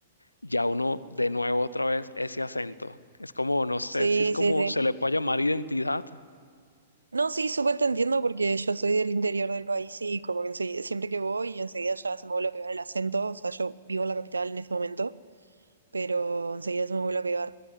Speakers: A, on the left; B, on the right.
A: ya uno de nuevo otra vez ese acento. Es como, no sé
B: Sí,
A: si es como
B: sí, sí.
A: se le puede llamar identidad,
B: No, sí, súper te entiendo porque yo soy del interior del país y como que enseguida- siempre que voy, enseguida ya se me vuelve a pegar el acento, o sea, yo vivo en la capital en este momento. pero enseguida se me vuelve a pegar.